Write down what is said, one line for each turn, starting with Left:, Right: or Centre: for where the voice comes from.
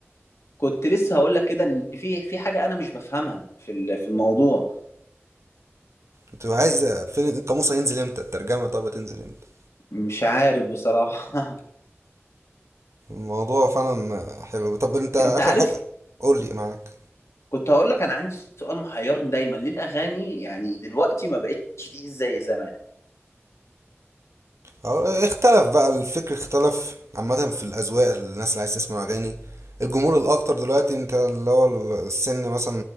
Left: كنت لسه هقول لك كده ان في في حاجه انا مش بفهمها في ال- في الموضوع
Right: انت عايز فين القاموس هينزل امتى الترجمه طب هتنزل امتى
Left: مش عارف بصراحه <laughs>
Right: الموضوع فعلا حلو طب انت اخر
Left: انت عارف
Right: حاجه قول لي معاك
Left: كنت هقول لك انا عندي سؤال محيرني دايما ليه الاغاني يعني دلوقتي ما بقتش تقيل زي زمان
Right: اه اختلف بقى الفكر اختلف عامة في الأذواق الناس اللي عايز تسمع أغاني الجمهور الأكتر دلوقتي أنت اللي هو السن مثلا